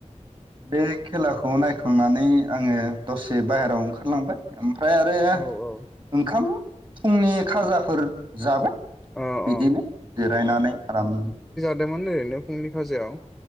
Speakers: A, on the right; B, in the centre.
A: बे खेलाखौ नायखांनानै आंङो दसे बाहेरायाव ओंखारलांबाय ओम ओमफ्राय आरो
B: औ औ
A: ओंखाम फुंनि खाजाफोर जाबाय ।
B: अ
A: बिदिनो
B: अ
A: जिरायनानै आराम।
B: दोंमोन ओरैनो फुंनि काजायाव?